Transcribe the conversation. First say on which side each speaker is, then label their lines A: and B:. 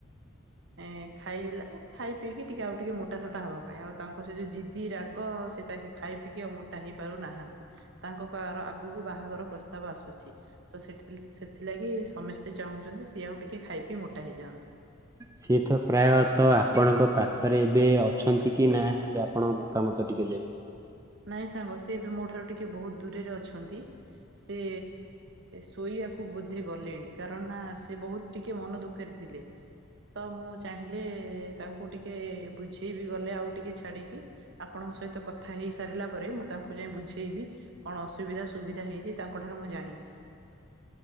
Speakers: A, on the right (about 60°); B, on the right (about 15°).
A: ଇଁ ଖାଇଲା ଖାଇ ପିଇକି ଟିକେ ଆଉ ଟିକେ ମୋଟାସୋଟା ହବା ପାଇଁ। ଆଉ ତାଙ୍କ ସେ ଯେଉଁ ଜିଦି ରାଗ ସେ ତା ଖାଇ ପିିଇକି ଆଉ ମୋଟା ହେଇପାରୁନାହାନ୍ତି। ତାଙ୍କ କହିବାର ଆଗକୁ ବାହାଘର ପ୍ରସ୍ତାବ ଆସୁଚି। ତ ସେଥି ସେଥିଲାଗି ସମସ୍ତେ ଚାହୁଁଚନ୍ତି ସିଏ ଆଉ ଟିକେଏ ଖାଇ ପିଇ ମୋଟା ହେଇଯାଆନ୍ତୁ।
B: ସିଏ ତ ପ୍ରାୟତଃ ଆପଣଙ୍କ ପାଖରେ ଏବେ ଅଛନ୍ତି କି ନାହାନ୍ତି ଆପଣ ମତାମତ ଟିକେ ଦେବେ।
A: ନାଇଁ ସାଙ୍ଗ ସିଏ ବି ମୋ ଠାରୁ ଟିକେ ବହୁତ ଦୂରରେ ଅଛନ୍ତି। ସେ ଶୋଇବାକୁ ବୋଧେ ଗଲେଣି। କାରଣ ନା ସେ ବହୁତ ଟିକେ ମନ ଦୁଃଖରେ ଥିଲେ। ତ ମୁଁ ଚାହିଁଲେ ତାଙ୍କୁ ଟିକେ ବୁଝେଇବିି ଗଲେ ଆଉ ଟିକେ ଛାଡ଼ିକି। ଆପଣଙ୍କ ସହିତ କଥା ହେଇ ସାରିଲା ପରେ ମୁଁ ତାଙ୍କୁ ଯାଇ ବୁଝେଇବି କଣ ଅସୁବିଧା ସୁବିଧା ହେଇଚି ତାଙ୍କଠାରୁ ମୁଁ ଜାଣିବି।